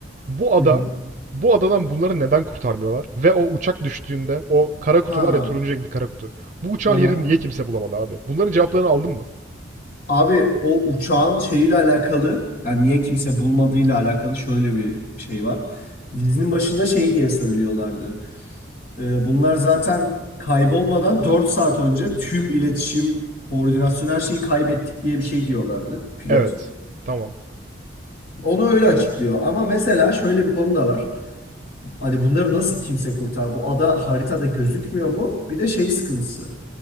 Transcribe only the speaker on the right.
Bu ada
bu adadan bunları neden kurtarmıyorlar? Ve o uçak düştüğünde o kara kutu
var ya turuncu renkli kara kutu. Bu uçağın
yerini niye kimse bulamadı abi? Bunların cevaplarını aldın mı?
Evet. Tamam.